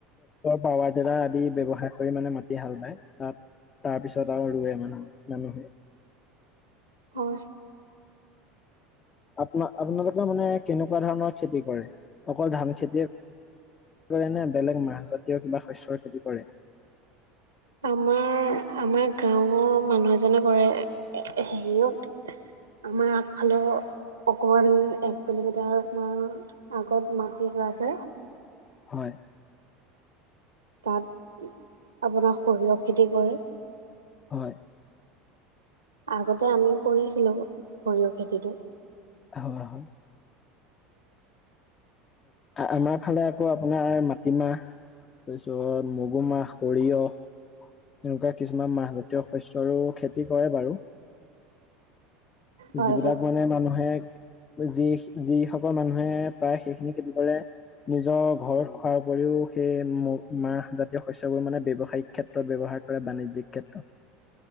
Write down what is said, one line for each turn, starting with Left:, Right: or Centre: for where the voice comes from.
Left: পাৱাৰ টিলাৰ আদি ব্যৱহাৰ কৰি মানে মাটি হাল বায় তাত তাৰ পিছত আৰু ৰোৱে মানহ মানুহে
Right: হয়।
Left: আপ আপোনালোকে মানে কেনেকুৱা ধৰণৰ খেতি কৰে অকল ধান খেতিয়ে নে বেলেগ মাহজাতীয় কিবা শস্যৰ খেতি কৰে
Right: আমাৰ আমাৰ গাঁও মানুহ এজনে কৰে হেৰিয়ত আমাৰ আগফালৰ অকমান এক কিলোমিটাৰ মান আগত মাটি এটা আছে
Left: হয়
Right: তাত আপোনাৰ সৰিয়হ খেতি কৰে
Left: হয়।
Right: আগতে আমিও কৰিছিলো সৰিয়হ খেতিটো
Left: হয় হয়। আমাৰ ফালে আকৌ আপোনাৰ মাটিমাহ তাৰপিছত মগু মাহ সৰিয়হ এনেকুৱা কিছুমান মাহজাতীয় শস্যৰো খেতি কৰে বাৰু
Right: হয়
Left: যিবিলাক
Right: হয়
Left: মানে মানুহে যি যিসকল মানুহে প্ৰায় সেইখিনি খেতি কৰে নিজৰ ঘৰত খোৱাৰ উপৰিও সেই মাহ জাতীয় শচ্যবোৰ মানে বৱসায়িক ক্ষেত্ৰত ব্যৱহাৰ কৰে বানিজ্যিক ক্ষেত্ৰত